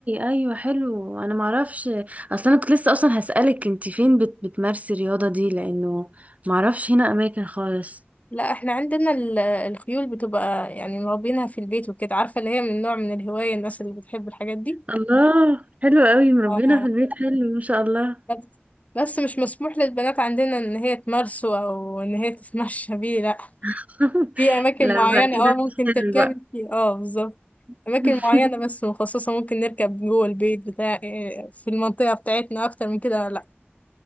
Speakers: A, on the right; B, on the left.
A: ايوه حلو انا معرفش اصلا انا كنت لسه اصلا هسألك انت فين بت... بتمارسي الرياضة دي لانه معرفش هنا اماكن خالص
B: لا احنا عندنا ال- الخيول بتبقى يعني مربينها في البيت وكده عارفة اللي هي من نوع من الهواية الناس اللي بتحب الحاجات دي
A: الله حلو قوي مربينا
B: آه،
A: في البيت حلو ما شاء الله
B: بس بس مش مسموح للبنات عندنا ان هي تمارسه او ان هي تتمشى بيه لا
A: <laughs>
B: في اماكن
A: لا
B: معينة
A: بقى كده
B: اه ممكن
A: حلو
B: تركبي
A: بقى
B: فيه اه بالظبط
A: <laughs>
B: اماكن معينة بس مخصصة ممكن نركب جوه البيت بتاع آه، في المنطقة بتاعتنا اكتر من كده لا